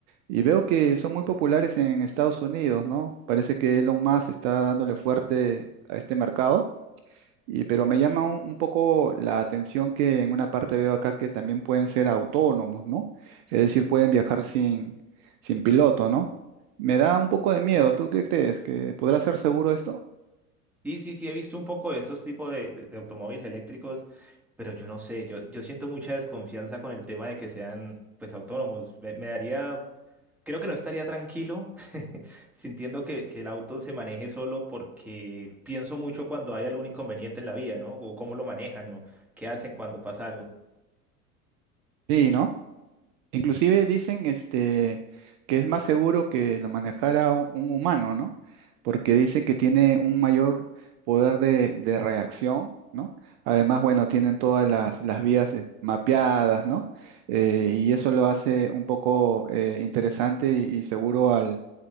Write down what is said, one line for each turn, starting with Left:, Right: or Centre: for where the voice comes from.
Right: y veo que son muy populares en Estados Unidos, ¿no? Parece que Elon Musk está dándole fuerte a este mercado y, pero me llama un, un poco la atención que en una parte veo acá que también pueden ser autónomos, ¿no? Es decir, pueden viajar sin, sin piloto, ¿no? Me da un poco de miedo. ¿Tú qué crees? ¿Que podrá ser seguro esto?
Centre: Sí, sí, sí, he visto un poco de esos tipos de, de- de automóviles eléctricos, pero yo no sé, yo, yo siento mucha desconfianza con el tema de que sean, pues, autónomos. Me, me daría, creo que no estaría tranquilo <laughs> sintiendo que, que el auto se maneje solo porque pienso mucho cuando hay algún inconveniente en la vía, ¿no? O cómo lo manejan, ¿no? ¿Qué hacen cuando pasa algo?
Right: Sí, ¿no? Inclusive dicen este, que es más seguro que lo manejara u- un humano, ¿no? Porque dice que tiene un mayor poder de, de reacción, ¿no? Además, bueno, tienen todas las, las vías eh, mapeadas, ¿no? Eh, y eso lo hace un poco eh, interesante y, y seguro al,